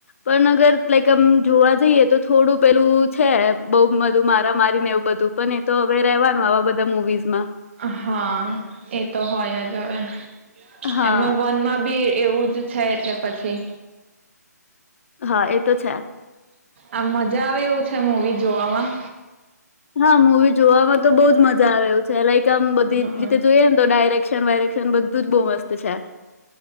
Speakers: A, on the left (about 50°); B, on the right (about 40°).
A: પણ અગર લાઈક આમ જોવા જઈએ તો થોડું પેલું છે, બઉ બધું મારા મારીને એવું બધું પણ એતો હવે રવાનું આવા બધા મુવીઝ મા
B: હા, એતો હોયજ <unintelligible>
A: હા
B: એમાં વન માં બી એવું જ છે એટલે પછી
A: હા, એતો છે.
B: આમ મજા આવે એવું છે મુવી જોવામાં
A: હા, મૂવી જોવામાં તો બોજ મજા આવે એવું <unintelligible> એકદમ બધી
B: હા
A: રીતે જોઈએ ને તો ડાયરેક રેક્શન વાયરક્ષણ બધુંજ બો મસ્ત છે.